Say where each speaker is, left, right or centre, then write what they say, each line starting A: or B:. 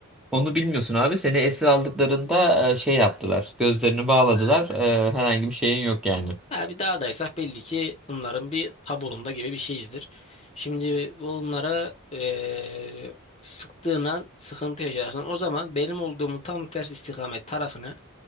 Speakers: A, in the centre; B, on the left.
A: Onu bilmiyorsun abi. Seni esir aldıklarında e, şey yaptılar. Gözlerini bağladılar.
B: Ee,
A: E, herhangi bir şeyin yok yani.
B: Ha, bir dağdaysak belli ki bunların bir taburunda gibi bir şeyizdir. Şimdi bunlara eee sıktığın an sıkıntı yaşarsın. O zaman benim olduğumu tam ters istikamet tarafını